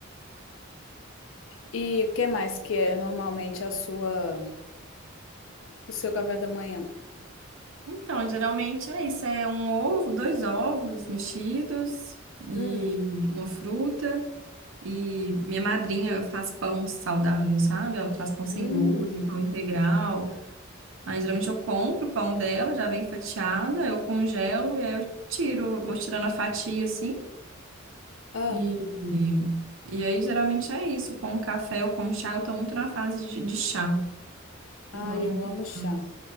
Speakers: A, on the left; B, on the right.
A: E o que mais que é normalmente a sua, o seu café da manhã?
B: Então, geralmente é isso, é um ovo, dois ovos mexidos e
A: Hum.
B: uma fruta. E minha madrinha faz pão saudável, sabe? Ela faz pão sem
A: Hum.
B: glúten, pão integral. Aí geralmente eu compro o pão dela, já bem fatiada, eu congelo e aí eu tiro, vou tirando a fatia assim.
A: Ah,
B: E, e, aí geralmente é isso, com o café ou com chá, eu tô muito na fase de, de chá. Tô
A: ah,
B: tomando
A: eu
B: muito
A: amo
B: chá,
A: chá.